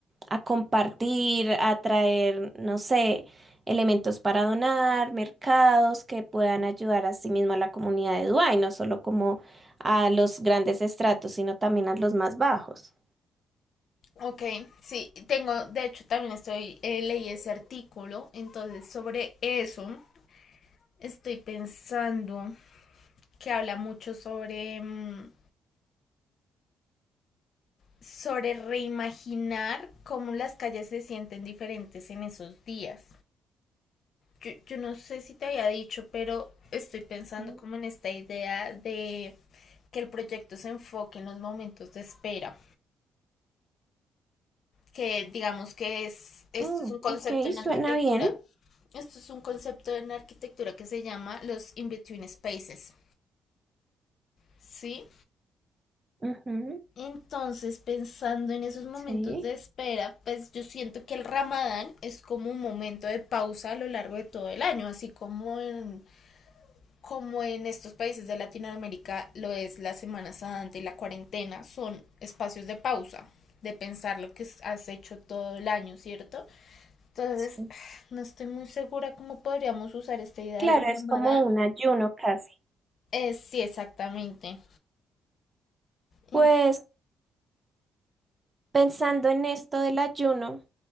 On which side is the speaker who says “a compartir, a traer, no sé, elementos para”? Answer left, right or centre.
Right